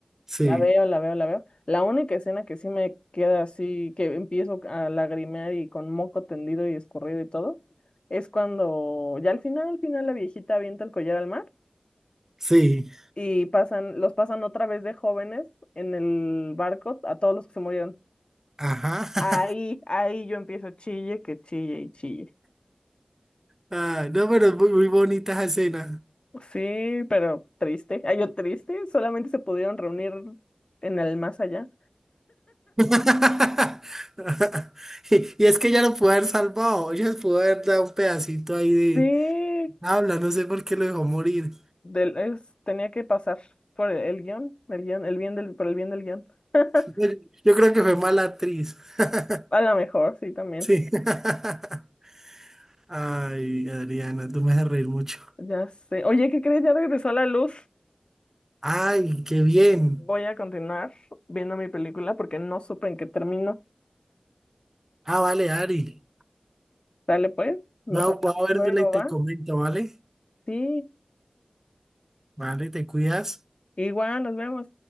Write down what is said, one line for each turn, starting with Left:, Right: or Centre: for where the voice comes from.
Right: Sí,
Left: La veo, la veo, la veo. La única escena que sí me queda así, que empiezo a lagrimear y con moco tendido y escurrido y todo, es cuando ya al final, al final la viejita avienta el collar al mar.
Right: sí,
Left: y pasan, los pasan otra vez de jóvenes en el barco a todos los que se murieron.
Right: ajá. <laughs>
Left: Ahí, ahí yo empiezo chille, que chille y chille.
Right: Ah, no, pero es muy, muy bonita esa escena.
Left: Sí, pero triste. Ay, yo triste, solamente se pudieron reunir en el más allá.
Right: <laughs> Y, y es que ya lo pudo haber salvado, ella pudo haber dado un pedacito ahí de
Left: Sí,
Right: habla, no sé por qué lo dejó morir.
Left: del, es- tenía que pasar por el, el guión, el guión, el bien del, por el bien del guión. <laughs>
Right: Yo yo creo que fue mala actriz. <laughs>
Left: A lo mejor, sí, también.
Right: Sí. <laughs> Ay, Adriana, tú me haces reír mucho.
Left: Ya sé. Oye, ¿qué crees? Ya regresó la luz.
Right: Ay, qué bien.
Left: Voy a continuar viendo mi película porque no supe en qué terminó.
Right: Ah, vale, Ari.
Left: Dale pues, nos
Right: No,
Left: hablamos
Right: voy a vérmela
Left: luego,
Right: y te
Left: ¿va?
Right: comento, ¿vale?
Left: Sí,
Right: Vale, te cuidas.
Left: igual, nos vemos.